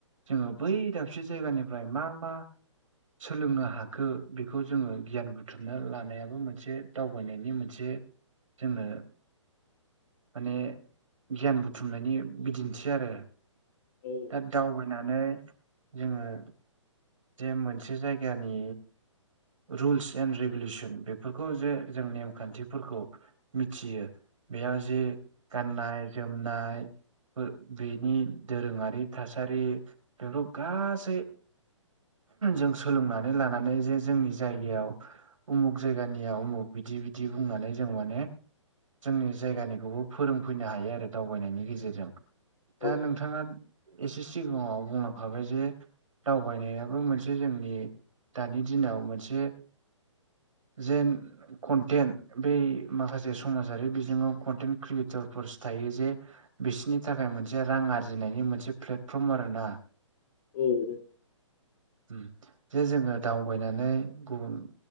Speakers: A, on the right; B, on the left.
A: जोङो बै दाबसे जायगानिफ्राय मा मा सोलोंनो हाखो बेखौ जोङो गियान बुथुमनो लानायाबो मोनसे दावबायनायनि मोनसे जोङो माने गियान बुथुमनायनि बिदिन्थि आरो
B: औ
A: दा दावबायनानै जोंङो जे मोनसे जायगानि रुल्स एन्ड रेगुलेसन बेफोरखौ जे जों नेमखान्थिफोरखौ मिथियो बेया जे गाननाय जोमनाय बेनि दोरोंङारि थासारि बेफोराव गासै जों सोलोंनानै लानानै जे जोंनि जायगायाव उमुग जायगानिया उमुग बिदि बिदि बुंनानै जों माने जोंनि जायगानिखौबो फोरोंफैनो हायो आरो दावबायनायनि गेजेरजों
B: औ
A: दा नोंथाङा एसे सिगाङाव बुंलांखाबायजे दावबायनायाबो मोनसे जोंनि दानि दिनाव मोनसे जेन कन्टेन्ट बै माखासे समाजारि बिजोङाव कन्टेन्ट क्रियेटरफोरस थायोजे बिसनि थाखाय मोनसे रां आरजिनायनि मोनसे प्लेटफर्म आरोना
B: औ नंगौ
A: उम जे जोङो दावबायनानै गुबुन